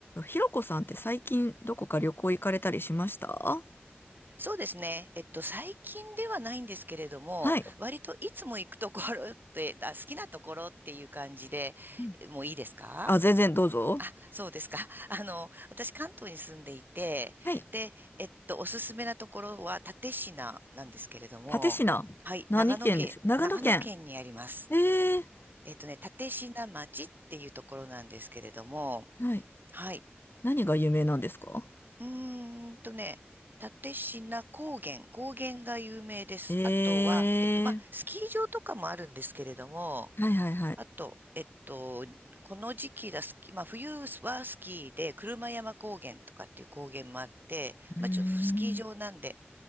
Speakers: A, on the left; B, on the right.
A: ひろこさんって最近どこか旅行行かれたりしました
B: そうですね。えっと、最近ではないんですけれども、
A: はい。
B: 割といつも行くところって、あ、好きなところっていう感じで、
A: うん
B: もういいですか
A: あ、全然どうぞ。
B: あ、そうですか。<laughs> あの、私、関東に住んでいて、
A: はい。
B: で、えっと、おすすめなところは蓼科なんですけれども、
A: 蓼科。
B: はい、
A: 何県でしょ長野県。
B: 長野県、長野県にあります。
A: ええー。
B: えっとね、蓼科町っていうところなんですけれども、
A: はい。
B: はい。
A: 何が有名なんですか
B: うーんとね、蓼科高原、高原が有名です。
A: ええ
B: あとは、えっと、まあ、スキー場とかもあるんですけれども、
A: ー。はいはいはい。
B: あと、えっと、この時期だ、スキまあ、冬はスキーで、車山高原とかっていう高原もあって、
A: うーん
B: まあ、ちょ、スキー場なんで、